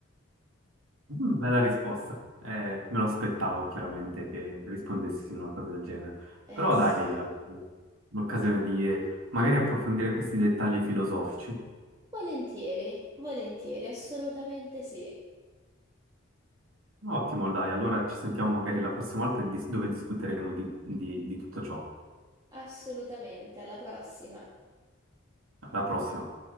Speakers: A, on the right (about 85°); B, on the right (about 20°).
A: Mm, Bella risposta. Eh, me lo aspettavo chiaramente che rispondessi una cosa del genere.
B: Eh
A: Però
B: sì,
A: dai, eh, l'occasione di eh, magari approfondire questi dettagli filosofici.
B: volentieri, volentieri, assolutamente sì,
A: Ottimo, dai, allora ci sentiamo magari la prossima volta dis- dove discuteremo di di- di tutto ciò.
B: assolutamente, alla prossima.
A: Alla prossima.